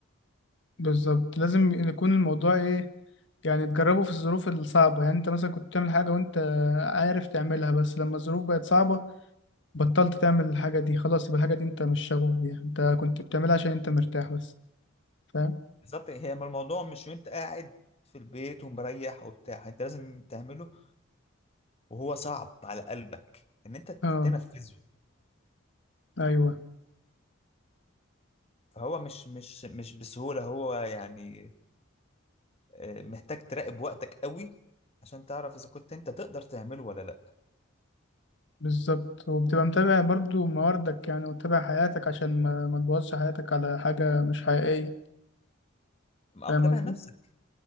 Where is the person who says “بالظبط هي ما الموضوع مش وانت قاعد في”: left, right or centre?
Left